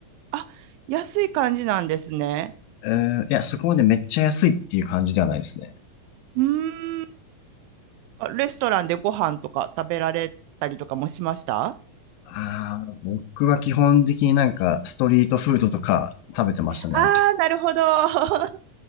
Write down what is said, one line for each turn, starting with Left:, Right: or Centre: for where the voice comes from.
Right: あ、安い感じなんですね。
Left: えー、いや、そこまでめっちゃ安いっていう感じではないですね。
Right: うーん。レストランでご飯とか食べられたりとかもしました
Left: ああ、僕は基本的になんかストリートフードとか食べてましたね。
Right: ああー、
Left: あのタ
Right: なるほど。<laughs>